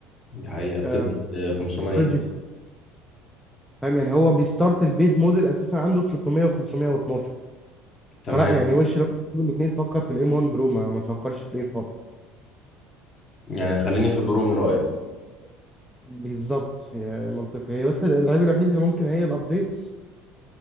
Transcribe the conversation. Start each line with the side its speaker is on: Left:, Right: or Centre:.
Left: دي حقيقه بتبدا
Centre: آه،
Left: آه، 500
Centre: الاستورج فاهم يعني هو بيستارت البيز موديل اساسا عنده ب 600 و512
Left: تمام
Centre: فلا يعني وش لو تجيب الاثنين تفكر في الام 1 برو ما, ما تفكرش في الايه خالص
Left: يعني خليني في البرو من رايك
Centre: بالظبط هي منطقي هي بس العيب الوحيد اللي ممكن هي الابديتس